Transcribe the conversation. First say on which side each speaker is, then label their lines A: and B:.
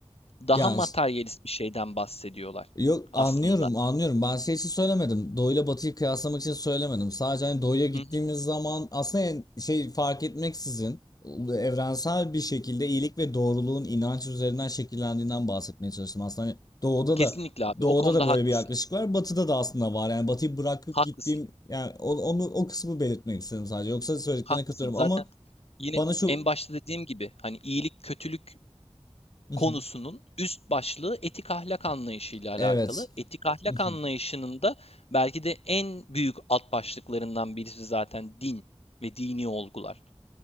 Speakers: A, on the left; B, on the left.
A: Daha
B: Yani
A: materyalist
B: işte
A: bir şeyden bahsediyorlar
B: Yok
A: aslında.
B: anlıyorum anlıyorum. Ben şey için söylemedim. Doğuyla batıyı kıyaslamak için söylemedim. Sadece hani doğuya gittiğimiz
A: Hı hı.
B: zaman aslında yani şey fark etmeksizin evrensel bir şekilde iyilik ve doğruluğun inanç üzerinden şekillendiğinden bahsetmeye çalıştım. Aslında hani doğuda
A: Kesinlikle
B: da
A: abi.
B: doğuda
A: O konuda
B: da böyle
A: haklısın.
B: bir yaklaşık var. Batıda da aslında var. Yani batıyı bırakıp
A: Haklısın.
B: gittiğim yani o- onu o kısmı belirtmek istedim sadece. Yoksa söylediklerine
A: Haklısın.
B: katılıyorum
A: Zaten
B: ama
A: yine
B: bana şu
A: en başta dediğim gibi hani iyilik, kötülük konusunun
B: <laughs>
A: üst başlığı etik ahlak anlayışıyla alakalı.
B: Evet.
A: Etik ahlak
B: <laughs>
A: anlayışının da belki de en büyük alt başlıklarından birisi zaten din ve dini olgular.